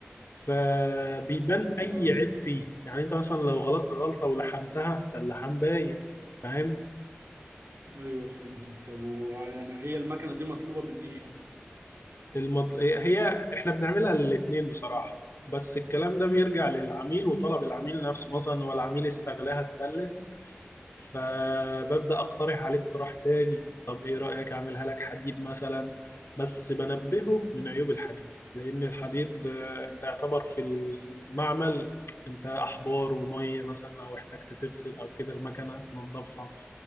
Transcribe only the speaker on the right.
اه
ايوه فهمتك طب ويعني هي المكنة دي مطلوبة من ايه اصلا